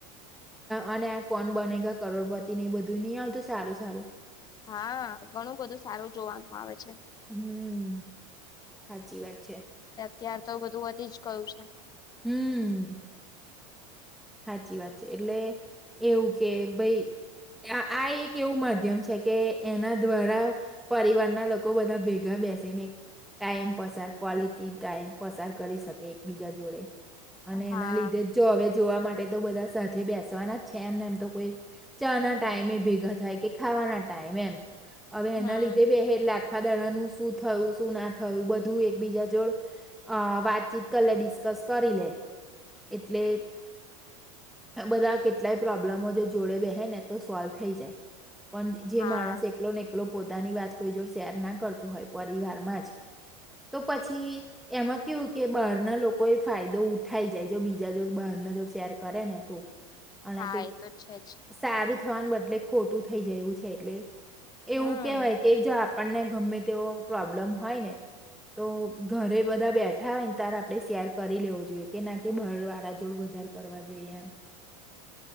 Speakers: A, in the centre; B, on the left.
A: અને આ કોણ બનેગ કરોડપતિ નને એ બધું નહી, આવતું સારું સારું
B: હા, ઘણું બધું સારું જોવાનું, આવે છે.
A: હમ, સાચી વાત છે.
B: અત્યાર, તો બધું વધી જ કયું છે.
A: હમ્મ. સાચી વાત છે, એટલે એવું કે ભાઈ આ એક એવું માધ્યમ છે, કે એના દ્વારા પરિવારના લોકો બધા ભેગા બેસીને ટાઈમ પસાર ક્લિટી, ટાઈમ પસાર કરી શકે એકબીજા જોડે અને
B: હા.
A: એના લીધે, જો હવે જોવા માટે તો બધા સાથે બેસવાના જ છે, એમને એમ, તો કોઈ ચા ના ટાઈમે ભેગા થાય કે ખાવા ટમ એમ હવે,
B: હમ.
A: એના લીધે બે લ આખા દણાનું શું થયું, શું ના થયું બધું એકબીજા જોડ વાતચીત, કર લે ડિસ્ક ત કરી, લે એટલે બધા કેટલાય પ્રોબ્લેમો, જો જોડે બેહે ને તો સોલ્વ થઈ, જાય પણ જે
B: હા
A: માણસ એકલો ને એકલો પોતાની વાત કોઈ, જો શેર ના કરતો હોય પરિવારમાં જ તો પછી એમાં કેવું કે બહારના લોકોએ ફાયદો ઉઠાઈ જાય જો બીજા જોડે બહાર ના જોડે શેર કરે ને તું અને
B: હા
A: કઈક
B: એ તો છે જ
A: સારું થવા બદલે ખોટું થઈ જાય એવું છે એટલે
B: હમ
A: એવું કેહેવાય કે જો આપણને ગમે તેવો પ્રોબ્લેમ હોય ને તો ઘરે બધા બેઠા હોય ને તાર આપણે શેર કરી લેવો જોઈએ કે ના કે બહારવાળા જોડે વધારે કરવા જોઈએ એમ